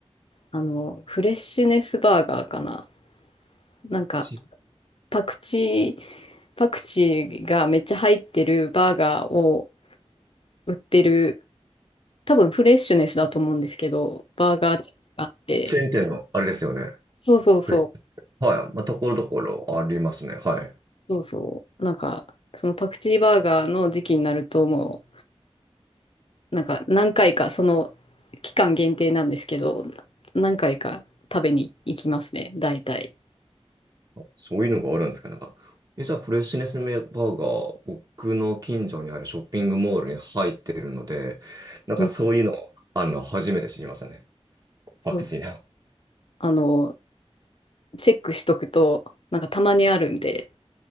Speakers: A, on the left; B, on the right.
A: あの、フレッシュネスバーガーかな。なんか、
B: チ
A: パクチー、パクチーがめっちゃ入ってるバーガーを売ってる、多分フレッシュネスだと思うんですけど、バーガーチェーンがあって、
B: チェーン店のあれですよね。
A: そうそうそう、
B: フレはい。まあ、ところどころありますね。はい。
A: そうそう、なんか、そのパクチーバーガーの時期になると、もう、なんか何回か、その期間限定なんですけど、何回か食べに行きますね、大体。
B: そういうのがあるんですか、なんか。え、じゃあ、フレッシュネスバーガー、僕の近所にあるショッピングモールに入ってるので、なんかそういうの、
A: うん
B: あるの、初めて知りましたね。
A: そう
B: パクチーな。
A: あの、チェックしとくと、なんかたまにあるんで、